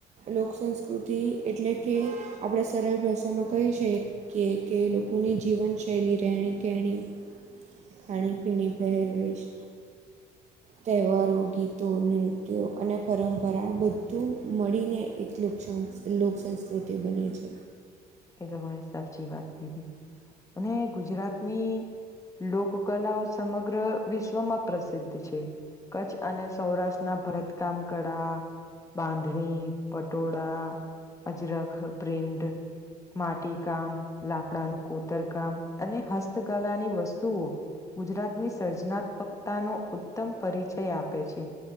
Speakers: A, on the right; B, on the left.
A: લોકસંસ્કૃતિ એટલે કે આપણા સરળ ભાષામાં કહિસે કે કે લોકોની જીવનશૈલી રહેણી કહેણી ખાણી પીણી પહેરવેશ તહેવારો ગીતો નૃત્યો અને પરંપરા બધું મળીને એક લોકસ લોક સંંસ્કૃતિ બને છે,
B: એ તો મને સાચી વાત કધી અને ગુજરાતની લોક કલાઓ સમગ્ર વિશ્વમાં પ્રસિદ્ધ છે. કચ્છ અને સૌરાષ્ટ્રના ભરતકામ કળા બાંધણી પટોળા અજરક પ્રિડ માટી કામ લાકડાનું કોતરકામ અને હસ્તકલાની વસ્તુઓ ગુજરાતની સર્જનાત્મકતાનો ઉત્તમ પરિચય આપે છે.